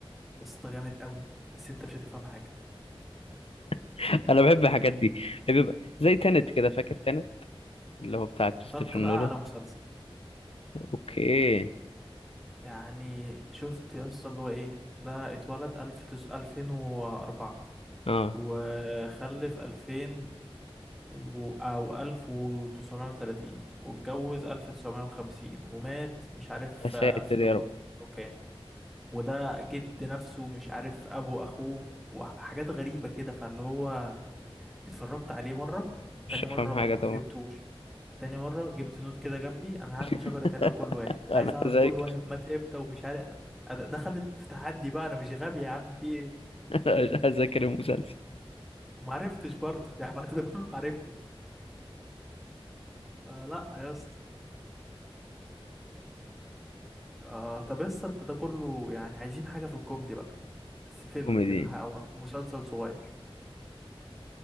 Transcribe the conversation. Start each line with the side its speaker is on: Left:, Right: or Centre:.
Centre: بس ده جامد قوي بس انت مش هتفهم حاجه
Left: <laughs> انا بحب الحاجات دي بيبقى زي تانت كده فاكر تانت اللي هو بتاع كريستوفر
Centre: دارك بقى
Left: نولان
Centre: على مسلسل
Left: اوكي
Centre: يعني شفت يا اسطى اللي هو ايه ده اتولد الف تس... الفين واربعة
Left: اه
Centre: وخلف الفين و... او الف وتسعمائة وتلاتين واتجوز الف تسعمائة وخمسين ومات مش عارف
Left: يا ساتر
Centre: الف تمنمية
Left: يا رب
Centre: وكام وده جد نفسه مش عارف ابو اخوه وحاجات غريبة كده فاللي هو اتفرجت عليه مرة
Left: مش
Centre: تاني
Left: هفهم
Centre: مرة ما
Left: حاجة
Centre: ما
Left: طبعا
Centre: فهمتوش تاني مرة جبت نوت كده جنبي أنا هعمل
Left: <laughs>
Centre: شجرة عيلة لكل واحد عايز
Left: انا
Centre: أعرف
Left: هذاكر
Centre: كل واحد مات إمتى ومش عارف أد- دخلت في تحدي بقى أنا مش غبي يا عم في إيه
Left: <laughs> هذاكر المسلسل
Centre: ومعرفتش برضه <laughs> يعني بعد ده كله معرفتش فلا يا اسطى آه طب يا اسطى أنت ده كله يعني عايزين حاجة في الكوميدي بقى بس فيلم
Left: كوميدي
Centre: كده ح- أو مسلسل صغير